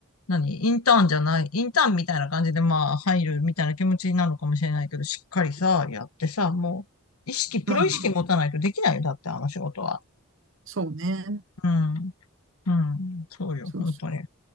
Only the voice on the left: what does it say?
何インターンじゃない、インターンみたいな感じでまあ入るみたいな気持ちなのかもしれないけど、しっかりさ、やってさ、もう意識、プロ意識持たないとできないよ。
だってあの仕事は。
うん。うん。そうよ。
本当に。